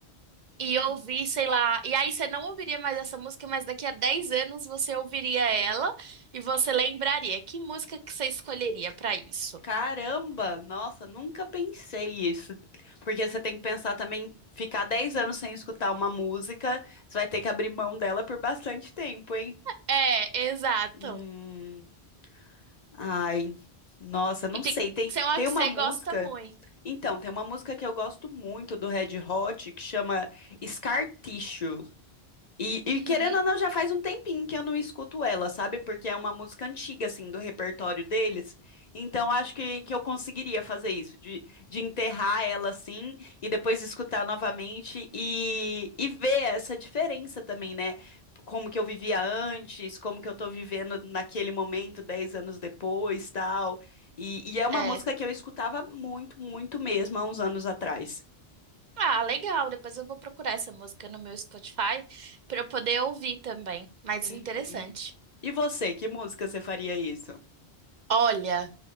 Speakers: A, on the left; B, on the right.
A: Hum.
B: e ouvir, sei lá, e aí você não ouviria mais essa música, mas daqui a 10 anos você ouviria ela e você lembraria. Que música que você escolheria pra isso?
A: Caramba, nossa, nunca pensei isso. Porque você tem que pensar também, ficar 10 anos sem escutar uma música, você vai ter que abrir mão dela por bastante tempo, hein?
B: É, exato.
A: Hum. Ai, nossa, não
B: E tem
A: sei. Tem,
B: que ser uma
A: tem
B: que
A: uma
B: você
A: música.
B: gosta muito.
A: Então, tem uma música que eu gosto muito do Red Hot que chama Scar Tissue. E, e
B: Uhum,
A: querendo ou não, já faz um tempinho que eu não escuto ela, sabe? Porque é uma música antiga, assim, do repertório deles. Então, acho que, que eu conseguiria fazer isso, de, de enterrar ela, assim, e depois escutar novamente e, e ver essa diferença também, né? Como que eu vivia antes, como que eu tô vivendo naquele momento, dez anos depois, tal. E, e é uma
B: é.
A: música que eu escutava muito, muito mesmo, há uns anos atrás.
B: Ah, legal. Depois eu vou procurar essa música no meu Spotify pra eu poder ouvir também. Mas
A: Uhum.
B: interessante.
A: E você, que música você faria isso?
B: Olha,